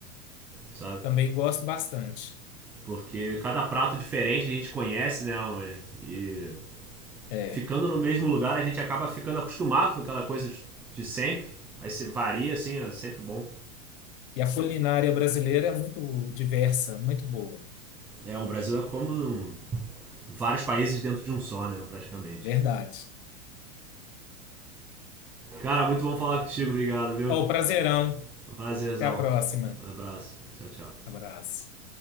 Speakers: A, in the centre; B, on the left.
A: sabe?
B: Também gosto bastante.
A: Porque cada prato diferente a gente conhece, né? E
B: É.
A: ficando no mesmo lugar a gente acaba ficando acostumado com aquela coisa de, de sempre. Aí você varia, assim, é sempre bom.
B: E a culinária brasileira é muito diversa, muito boa.
A: É, o Brasil é como um- vários países dentro de um só, né? Praticamente.
B: Verdade.
A: Cara, muito bom falar contigo, obrigado, viu?
B: Ó, prazerão.
A: Foi um prazerzão.
B: Até a próxima.
A: Um abraço. Tchau, tchau.
B: Abraço.